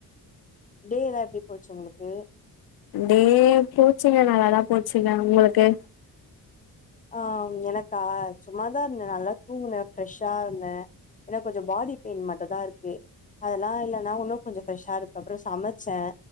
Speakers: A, on the left; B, on the left.
A: டேலாம் எப்டி போச்சு உங்களுக்கு
B: டே போச்சுங்க நல்லாதான் போச்சுங்க உங்களுக்கு
A: ஆஹ் எனக்கா சும்மாதான் இருந்தேன் நல்லா தூங்குனேன் ஃபிரெஷ்ஷா இருந்தேன் எனக்கு கொஞ்சம் பாடி பெயின் மட்டும் தான் இருக்கு அதெல்லாம் இல்லைன்னா நான் இன்னும் கொஞ்சே ஃபிரெஷ்ஷா இருப்பேன் அப்புறம் சமைச்சேன்